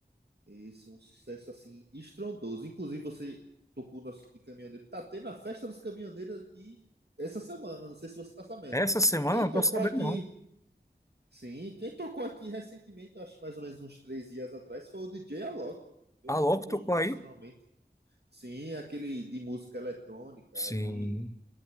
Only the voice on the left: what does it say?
Essa semana
eu não
estou sabendo,
não.
Ah, logo
tocou
aí?
Sim.